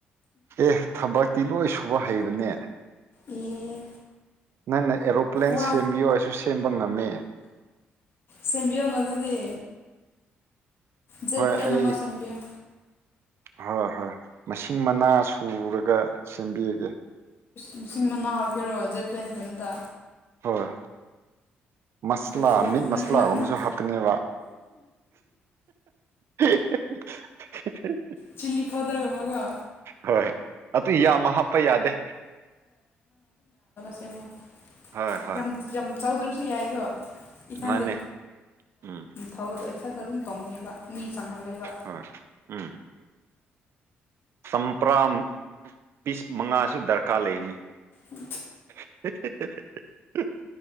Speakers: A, on the right; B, on the left.
A: ꯑꯦ ꯊꯄꯥꯛꯇꯤ ꯂꯣꯏ ꯁꯨꯕ ꯍꯩꯕꯅꯦ
B: ꯑꯦ
A: ꯅꯪ ꯅ ꯑꯦꯔꯣꯄ꯭ꯂꯦꯟ
B: ꯋꯥ
A: ꯁꯦꯝꯕꯤꯌꯣ ꯑꯩꯁꯨ ꯁꯦꯝꯕ ꯉꯝꯃꯦ
B: ꯁꯦꯝꯕꯤꯌ ꯑꯗꯨꯗꯤ ꯖꯠꯂꯅꯃ
A: ꯍꯣꯏ ꯑꯩ
B: ꯆꯝꯕꯌꯥ
A: ꯍꯣꯏ ꯍꯣꯏ ꯃꯁꯤꯡ ꯃꯅꯥ ꯁꯨꯔꯒ ꯁꯦꯝꯕꯤꯔꯒꯦ
B: ꯄꯁꯤꯡ ꯃꯅꯥꯎ ꯀꯦꯔꯣ ꯖꯦꯄꯦꯟꯁꯦꯝꯇ
A: ꯍꯣꯏ ꯃꯁꯂꯥ
B: ꯀꯔꯤꯔꯦ
A: ꯃꯤꯠ ꯃꯁꯂꯥꯒꯨꯝꯕꯁꯨ
B: ꯅꯪ ꯅꯪ ꯅꯪ
A: ꯍꯥꯞꯀꯅꯦꯕ ꯍꯦ ꯍ ꯍꯍ
B: ꯆꯂꯤ ꯄꯥꯎꯗꯔ ꯃꯒ
A: ꯍꯣꯏ ꯑꯗꯨ ꯌꯥꯝꯃ ꯍꯥꯞꯄ ꯌꯥꯗꯦ
B: ꯆꯃꯣ
A: ꯍꯣꯏ ꯍꯣꯏ
B: ꯌꯥꯝ ꯌꯥꯝ ꯆꯥꯎꯗ꯭ꯔꯁꯨ ꯌꯥꯏꯀꯣ ꯏꯊꯟꯗ
A: ꯃꯥꯅꯦ ꯎꯝ
B: ꯊꯕꯗꯣ ꯏꯊꯟꯗ ꯑꯗꯨꯝ ꯇꯣꯡꯅꯦꯕ ꯃꯤ ꯆꯪꯍꯜꯂꯕ
A: ꯍꯣꯏ ꯎꯝ ꯆꯝꯄ꯭ꯔꯥ ꯄꯤꯁ ꯃꯉꯥꯁꯨ ꯗꯔꯀꯥꯔ ꯂꯩꯅꯤ
B: ꯏ
A: <inaudible>